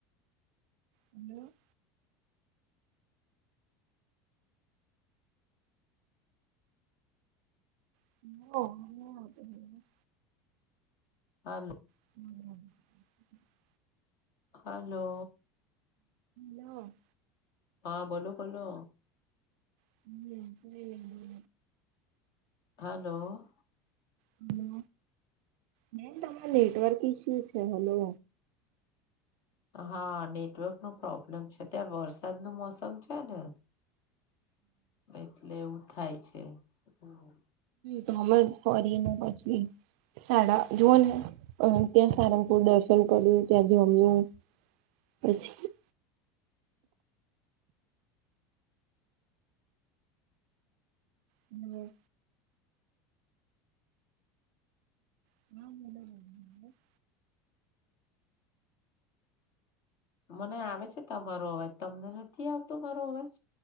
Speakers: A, on the right; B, on the left.
A: હલો. હ.
B: હા
A: <inaudible>
B: હલો.
A: લો
B: હા બોલો બોલો
A: <inaudible>
B: હલો.
A: હલો બેન તમારૂ નેટવર્ક ઇસ્યુ છે હલો.
B: હા નેટવર્ક નું પ્રોબ્લેમ છે ત્યાં વરસાદ નું મોસમ છે ને એટલે એવું થાય છે હા.
A: તમે જ ફરી ને પછી સાડા જુઓ ને અમે ત્યાં સારંગપુર દર્શન કર્યું ત્યાં જમ્યું પછી. હમ્મ. <inaudible>
B: મને આવે છે તમારો અવાજ. તમને નથી આવતો મારો અવાજ?